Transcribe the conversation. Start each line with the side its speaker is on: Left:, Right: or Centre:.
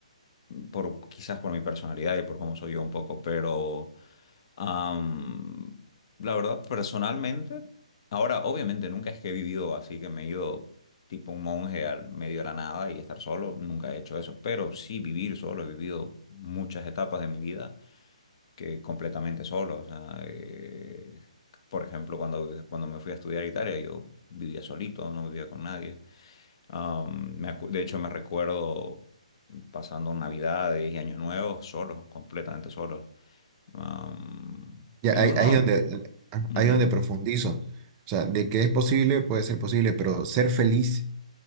Left: por, quizás por mi personalidad y por cómo soy yo un poco, pero am, la verdad, personalmente, ahora obviamente nunca es que he vivido así, que me he ido tipo un monje al medio de la nada y estar solo, nunca he hecho eso, pero sí vivir solo, he vivido muchas etapas de mi vida que completamente solo. O sea, eh, por ejemplo, cuando, cuando me fui a estudiar a Italia, yo vivía solito, no vivía con nadie. Am, me acu- de hecho, me recuerdo pasando Navidades y Año Nuevo solo, completamente solo. Am,
Right: ya
Left: y
Right: ahí,
Left: uno,
Right: ahí donde,
Left: ujú,
Right: ahí donde profundizo, o sea, de que es posible, puede ser posible, pero ser feliz